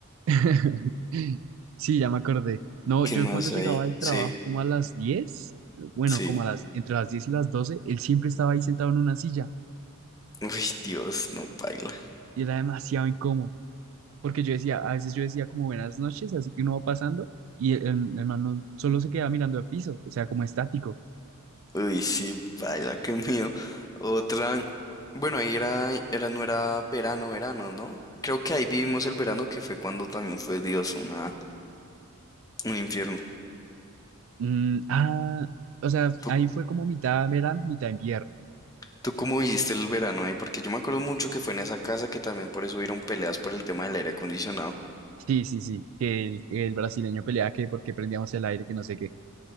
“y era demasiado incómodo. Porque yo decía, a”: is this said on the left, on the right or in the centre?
Right